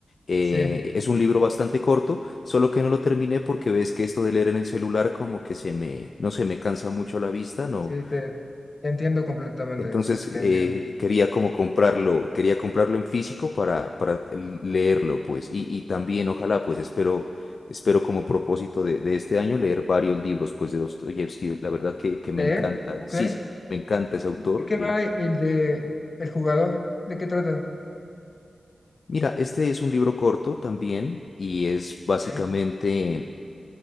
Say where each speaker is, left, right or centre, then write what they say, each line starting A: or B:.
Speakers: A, on the left (about 65°); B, on the left (about 50°).
A: eh,
B: Sí,
A: es un libro bastante corto, solo que no lo terminé porque ves que esto de leer en el celular como que se me, no se me cansa mucho la vista, no,
B: sí, te, te entiendo completamente,
A: entonces
B: te
A: eh,
B: entiendo.
A: quería como comprarlo, quería comprarlo en físico para, para l- leerlo, pues, y, y también ojalá, pues, espero, espero como propósito de, de este año leer varios libros, pues, de Dostoyevsky, la verdad que, que me
B: ¿De
A: encanta,
B: él? Ok.
A: sí, sí, me encanta ese autor.
B: ¿De qué
A: eh.
B: va el de el jugador? ¿De qué trata?
A: Mira, este es un libro corto también y es básicamente
B: Ok,